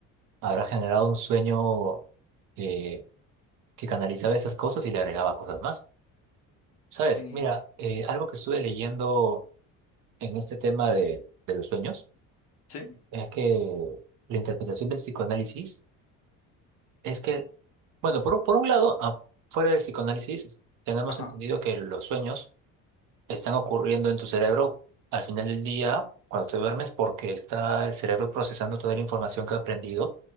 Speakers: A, on the right; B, on the left.
A: habrá generado un sueño eh, que canalizaba esas cosas y le agregaba cosas más. Sabes,
B: Sí.
A: mira, eh, algo que estuve leyendo en este tema de, de los sueños
B: Sí,
A: es que la interpretación del psicoanálisis es que, bueno, por un, por un lado, ah, fuera del psicoanálisis, tenemos
B: ajá,
A: entendido que los sueños están ocurriendo en tu cerebro al final del día, cuando te duermes, porque está el cerebro procesando toda la información que ha aprendido